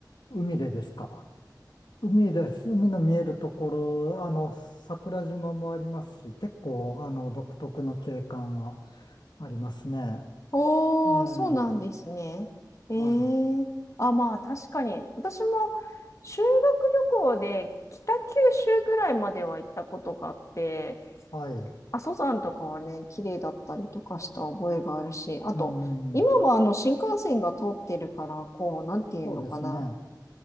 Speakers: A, on the left (about 75°); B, on the left (about 45°).
A: 海でですか。海です。海の見えるところ、あの、桜島もありますし、結構、あの、独特の景観はありますね。
B: おー、
A: ええ。
B: そうなんですね。えー。
A: はい。
B: あ、まあ確かに。私も修学旅行で北九州ぐらいまでは行ったことがあって、
A: はい。
B: 阿蘇山とかはね、綺麗だったりとかした覚えがあるし、あと、
A: うん。
B: 今はあの新幹線が通ってるから、こう、なんていうのかな。
A: そうですね。